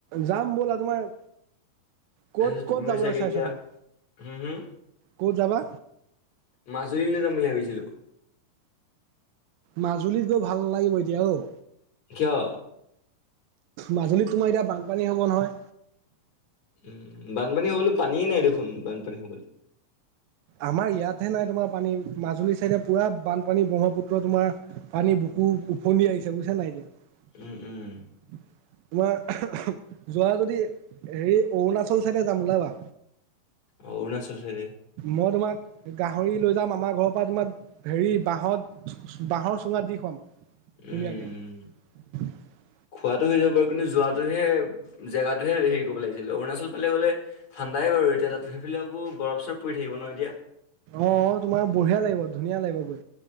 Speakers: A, on the right (about 80°); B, on the left (about 50°).
A: যাম ব'লা তোমাৰ। ক'ত
B: তাৰপিছত
A: ক'ত
B: তুমিও
A: যাবলৈ
B: চাগে
A: চাইছা
B: এতিয়া
A: তুমি
B: হম হম
A: ক'ত যাবা?
B: মাজুলীলৈ যাম বুলি ভাবিছিলোঁ।
A: মাজুলীত গৈ ভাল নালাগিব এতিয়া অ'।
B: কিয়?
A: মাজুলীত তোমাৰ এতিয়া বানপানী হ'ব নহয়।
B: উম, বানপানী হবলৈ পানীয়ে নাই দেখোন, বানপানী হবলৈ।
A: আমাৰ ইয়াতহে নাই তোমাৰ পানী, মাজুলীৰ চাইডে পূৰা বানপানী ব্ৰহ্মপুত্ৰ তোমাৰ। পানী বুকু উফণ্ডি আহিছে বুজছা নাই এতিয়া।
B: উম উম।
A: <inaudible> তোমাৰ যোৱা যদি হেৰি অৰুণাচল চাইডে যাম ওলাবা।
B: অঁ অৰুণাচল চাইডে।
A: মই তোমাক গাহৰি লৈ যাম আমাৰ ঘৰৰ পৰা তোমাক। হেৰি বাহত বাঁহৰ চুঙাত দি খুৱাম।
B: উম
A: ধুনীয়াকে
B: উম।
A: <inaudible>
B: খোৱাতটো হৈ যাব বাৰু কিন্তু যোৱাটোহে জেগাটোহে হেৰি কৰিব লাগিছিল অৰুণাচল ফালে গ'লে। ঠাণ্ডাই বাৰু এতিয়া তাত সেইফালে আকৌ বৰফ চৰফ পৰি থাকিব ন এতিয়া।
A: অ' তোমাৰ বঢ়িয়া লাগিব ধুনীয়া লাগিব গৈ